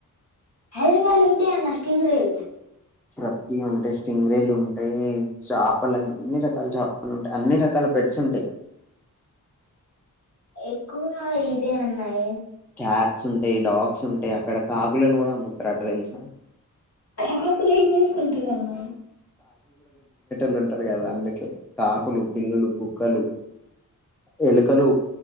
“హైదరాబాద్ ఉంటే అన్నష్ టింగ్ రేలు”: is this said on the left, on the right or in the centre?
Left